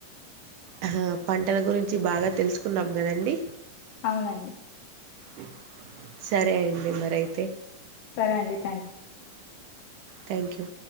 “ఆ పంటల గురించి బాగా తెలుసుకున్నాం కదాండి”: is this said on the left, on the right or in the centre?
Right